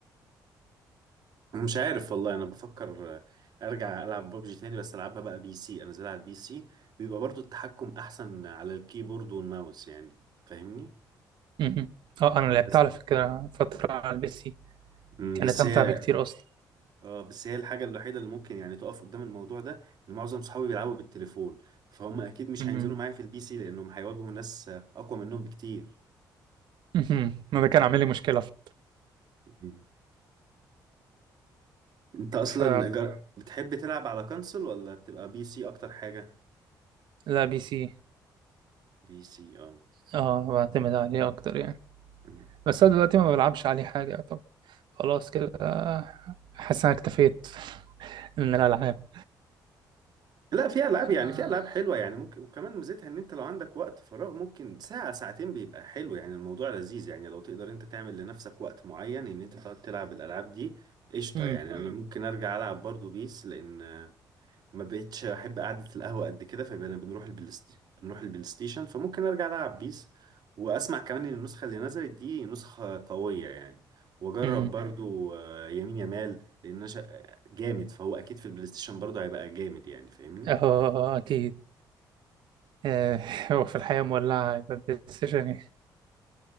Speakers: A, on the right; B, on the right.
A: أنا مش عارف والله انا بفكر آه، ارجع العب ببجي تاني بس العبها بقى بي سي انا زي على البي سي بيبقى برضو التحكم احسن على الكيبورد والماوس يعني فاهمني
B: مهم. اه أنا لعبتها
A: بس
B: على فكرة فترة على البي سي
A: أمم،
B: كانت
A: بس
B: أمتع
A: هي
B: بكتير أصلا
A: اه بس هي الحاجة الوحيدة اللي ممكن يعني تقف قدام الموضوع ده ان معظم صحابي بيلعبوا بالتليفون فهم اكيد مش
B: مهم.
A: هينزلوا معايا في البي سي لانهم هيواجهوا ناس اقوى منهم بكتير
B: مهم. ما ده كان عامل لي مشكلة ف
A: مم. انت اصلا
B: ف-
A: جر... بتحب تلعب على كونسول ولا بتبقى بي سي اكتر حاجة
B: لا بي سي
A: بي سي اه
B: اه بعتمد عليه أكتر يعني
A: مم.
B: بس أنا دلوقتي ما بلعبش عليه حاجة طب خلاص كده حاسس إن أنا اكتفيت <laughs> من الألعاب
A: لا في العاب يعني
B: آه.
A: في العاب حلوة يعني ممكن وكمان ميزتها ان انت لو عندك وقت فراغ ممكن ساعة ساعتين بيبقى حلو يعني الموضوع لذيذ يعني لو تقدر انت تعمل لنفسك وقت معين ان انت تقعد تلعب الالعاب دي قشطة
B: مم.
A: يعني انا ممكن ارجع العب برضو بيس لان ما بقتش احب قعده القهوه قد كده فبقينا بنروح البلاي ست- بنروح البلاي ستيشن فممكن ارجع العب بيس واسمع كمان ان النسخه اللي نزلت دي نسخه قويه يعني واجرب
B: مم.
A: مم. برضو آه، يمين يمال لان انا شا- جامد فهو اكيد في البلاي ستيشن برضو هيبقى جامد يعني فاهمني
B: اه أكيد آه، هو في الحياة مولعة يبقى بلاي ستيشن إيه؟